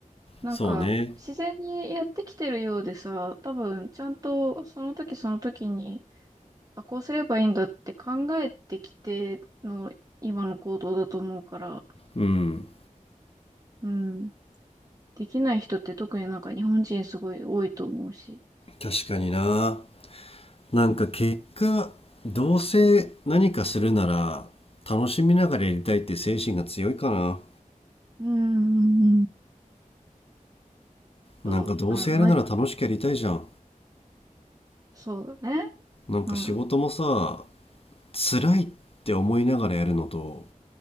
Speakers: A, on the right; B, on the left.
A: なんか、
B: そうね。
A: 自然にやってきてるようでさ、多分、ちゃんと、その時その時に、あ、こうすればいいんだって考えてきての、今の行動だと思うから、
B: うん。
A: うん。できない人って特になんか日本人すごい多いと思うし。
B: 確かにな。なんか結果、どうせ何かするなら、楽しみながらやりたいって精神が強いかな。
A: うん、うん、うん。そう、
B: なんかどうせやるなら楽しくやりたいじゃん。
A: うん、ま、そうだね。
B: なんか仕事もさ、
A: うん、
B: 辛いって思いながらやるのと、